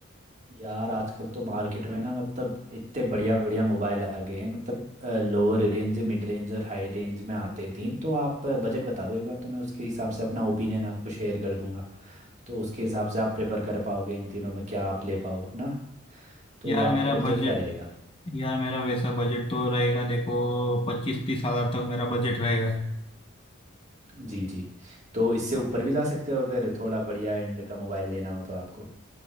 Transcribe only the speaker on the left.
यार
मेरा
बजट
यार मेरा वैसा बजट तो रहेगा देखो पच्चीस तीस हजार तक मेरा बजट रहेगा